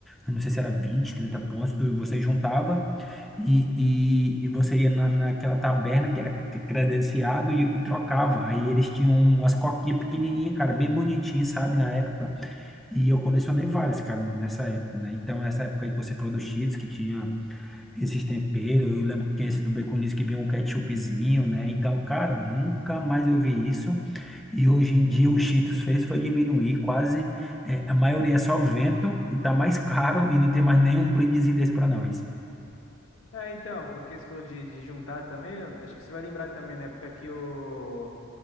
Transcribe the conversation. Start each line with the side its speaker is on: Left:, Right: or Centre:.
Centre: eu não sei se era 20, 30 pontos, tu, você juntava e, e, e você ia na, naquela taberna que era c- credenciado e, e trocava. Aí eles tinham umas coquinhas pequenininhas, cara, bem bonitinhas, sabe, na época. E eu colecionei várias, cara, nessa época, né? Então, essa época aí que você falou do Cheetos, que tinha esses temperos. Eu lembro que tinha esse do Baconzitos que vinha um ketchupzinho, né? Então, cara, nunca mais eu vi isso. E hoje em dia o Cheetos fez foi diminuir quase, é, a maioria é só vento e tá mais caro e não tem mais nenhum brindezinho desse para nós.
Left: É, então, porque se for de, de juntar também, acho que você vai lembrar também na época que o